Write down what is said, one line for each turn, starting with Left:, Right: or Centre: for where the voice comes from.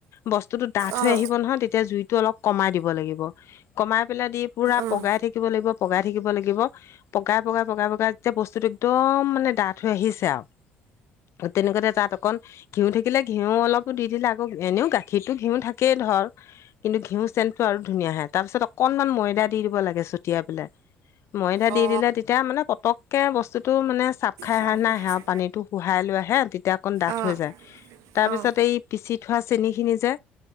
Left: বস্তু স্তুটো ডাঠ
Right: অঁ
Left: হৈ আহিব নহয় তেতিয়া জুইতো অলপ কমাই দিব লাগিব। কমাই পেলাই দি পুৰা
Right: অঁ
Left: পগাই থাকি কিব লাগিব পগাই থাকিব লাগিব পগাই পগাই পগাই পগাই যেতিয়া বস্তুতটো একদম মানে ডাঠ হৈ আহিছে আৰু। অ'। তেনেকুৱাতে তাত অকন ঘিউ থাকিলে ঘিউ অলপো দি দিলে আকৌ এনেও গাখীৰতো ঘিউ থাকেই। ধৰ কিন্তু ঘিউ চেন্ট টো আৰু ধুনীয়া আহে তাৰ পিছত অকনমান ময়দা দি দিব লাগে চতি <unintelligible> পেলাই ময়দা দি
Right: অঁ অঁ
Left: দিলে তেতিয়া মানে পটককে বস্তুটো মানে চাপ খাই
Right: চাহ
Left: আহা নিচিনা
Right: বনাইছে
Left: আহে, আৰু পানীটো শোহাই লৈ আহে। তেতিয়া অকণ ডাঠ
Right: অঁ
Left: হৈ যায়, তাৰ
Right: অঁ
Left: পিছত এই পিচি থোৱা চেনি খিনি যে।